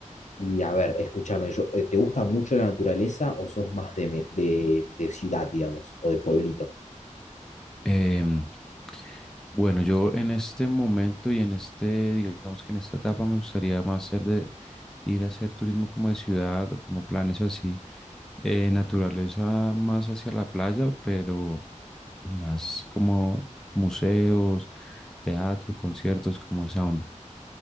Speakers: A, on the left; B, in the centre.
A: Y a ver, escúchame, yo, eh, ¿te gusta mucho la naturaleza o sos más de, me- de, de ciudad, digamos, o de pueblito?
B: Em, bueno, yo en este momento y en este, digamos que en esta etapa me gustaría más ser de ir a hacer turismo como de ciudad o como planes así, eh, naturaleza más hacia la playa, pero... Más como museos, teatro, conciertos, como esa onda.